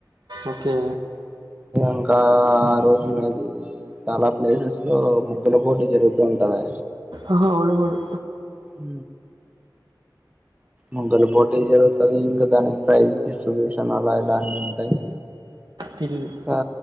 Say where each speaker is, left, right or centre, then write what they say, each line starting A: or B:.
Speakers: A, on the right; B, on the right.
A: ఓకే
B: ఇంకా ఆ రోజు మీది చాలా ప్లేసెస్ లో ము ముగ్గుల పోటి జరుగుతు ఉంటదా
A: ఆహ అవునవును
B: హ ముంగల పోటి జరుగుతది క దాని ప్రైజ్ డిస్ట్ర్రిబ్యూషన్ అలా ఇలా అన్ని ఉంటాయి
A: తిరిగి
B: ఆ